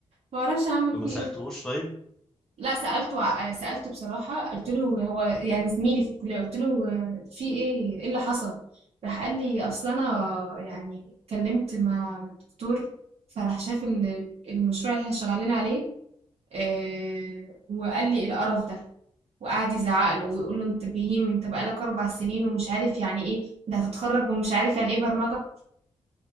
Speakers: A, on the right; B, in the centre.
A: ما اعرفش عمل
B: ما
A: فيه
B: سالتهوش
A: ايه
B: طيب
A: لا سألته ع- سألته بصراحة قلت له هو يعني زميلي في الكلية قلت له آه، في ايه ايه اللي حصل راح قال لي اصل انا يعني اتكلمت مع الدكتور فراح شاف ال- المشروع اللي احنا شغالين عليه آه، وقال لي ايه القرف ده وقعد يزعق له ويقول له انت بهيم انت بقالك اربع سنين ومش عارف يعني ايه ده هتتخرج ومش عارف يعني ايه برمجة